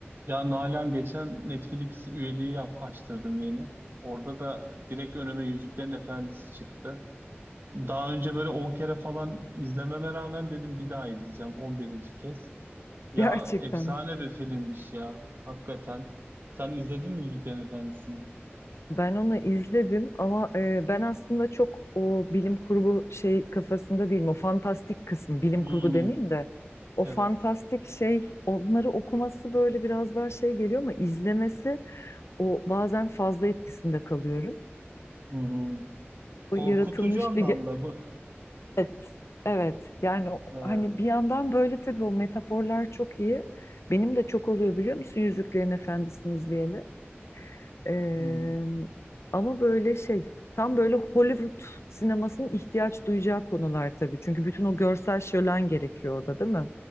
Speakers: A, on the right; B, on the left.
A: Ya Nalan geçen Netflix üyeliği yap, açtırdım yeni. Orada da direkt önüme Yüzüklerin Efendisi çıktı. Daha önce böyle 10 kere falan izlememe rağmen dedim bir daha izleyeceğim on birinci kez. Ya
B: Gerçekten.
A: efsane bir filmmiş ya hakikaten. Sen izledin mi Yüzüklerin Efendisi'ni?
B: Ben onu izledim ama e, ben aslında çok o bilim kurgu şey kafasında değilim. O fantastik kısım, bilim
A: Hmm,
B: kurgu demeyeyim de o
A: evet.
B: fantastik şey onları okuması böyle biraz daha şey geliyor ama izlemesi o bazen fazla etkisinde kalıyorum.
A: Hı hı. Korkutucu
B: O yaratılmış
A: anlamda
B: bir ge-
A: mı? <laughs>
B: evet, evet. Yani o-
A: Ha,
B: hani bir yandan böyle tabii o metaforlar çok iyi. Benim de çok oluyor biliyor musun Yüzüklerin Efendisi'ni izleyeli? Eee,
A: hı hı.
B: ama böyle şey tam böyle Hollywood sinemasının ihtiyaç duyacağı konular tabii. Çünkü bütün o görsel şölen gerekiyor orada değil mi?